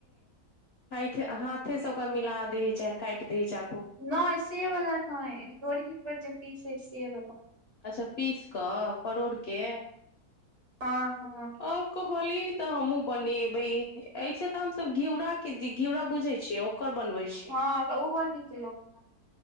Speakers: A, on the left; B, on the right.
A: <unintelligible> ह हाथे से ओकरा मिला दै हई चाहे कैट दै छ चाकु
B: नै से वला नै लोरही पर जे पीसे से वला
A: अच्छा पीस कऽ परोड़के
B: ह हँ
A: आ कहलिये तऽ हमहुॅं बनेबै एहिस तऽ हमस घिउराके घिउरा बुझै छियो ओकर बनबै छी
B: हँ तऽ ओहो नीक लग हे